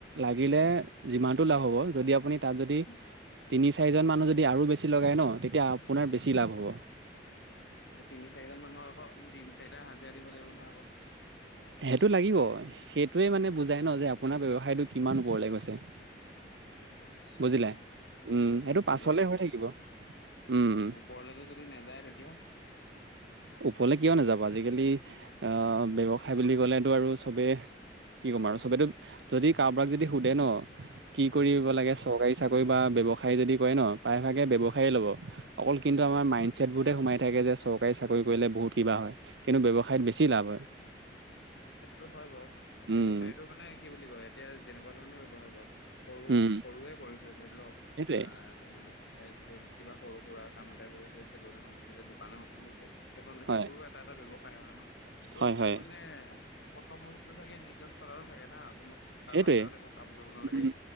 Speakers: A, on the right (about 75°); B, on the left (about 75°).
A: লাগিলে যিমানতটো লাভ হ'ব যদি আপুনি- তাত যদি
B: উম,
A: তিনি চাৰিজন মানুহ যদি আৰু বেছি লগাই ন তেতিয়া আপোনাৰ বেছি লাভ হ'ব।
B: তিনি চাৰিজন মানুহ আক আপুনি তিনি চাৰিটা হাজিৰা দিব লাগিব নহয় আক।
A: সেইটো লাগিব, সেইটোৱে মানে বুজাই ন যে আপোনাৰ ব্যৱসায়টো কিমান ওপৰলৈ গৈছে।
B: উম।
A: বুজিলা, উম। সেইটো
B: যদি
A: পাছলে হৈ থাকিব, উম।
B: ওপৰলে যদি নাযায় তেতিয়া!
A: ওপৰলৈ কিয় নাযাব, আজিকালি আহ ব্যৱসায় বুলি ক'লেতো আৰু চবেই- কি কম আৰু চবেতো যদি কাৰোবাক যদি সোধে ন কি কৰিব
B: উম।
A: লাগে চৰকাৰী- চাকৰি বা ব্যৱসায় যদি কৰে ন প্ৰায়ভাগে ব্যৱসায় ল'ব। অকল কিন্তু আমাৰ মাইণ্ড ছেট বোতে সোমাই থাকে যে চৰক- চৰকাৰী চাকৰি কৰিলে বহুত কিবা হয় কিন্তু ব্যৱসায়ত বেছি
B: উম।
A: লাভ হয়।
B: সেইটোতো হয় বাৰু।
A: উম
B: ব্যৱসায়তটো মানে কি বুলি কয় এতিয়া যেনেকুৱা ধৰণৰ ব্যয়ৱসায় কৰ- সৰু
A: উম
B: সৰুৱে কৰিছে ধৰি লওঁক
A: সেইটোৱে
B: আহ- এ চে কিবা সৰু সুৰা কাম এটা কৰিছে, চেলন এখন খুলিছে, দোকান এখন খুলিছে সেইখন সেইবোৰো-
A: হয়
B: এটা এটা ব্যৱসায় হয় ন, ত'
A: হয়
B: তাত
A: হয়
B: মানে- প্ৰথম বস্তুটো থাকে নিজৰ তৰাৰো থাকে না কোনো- কাৰো
A: সেইটোৱে
B: আন্দাৰত একো কাম কৰিব নালাগে।
A: উম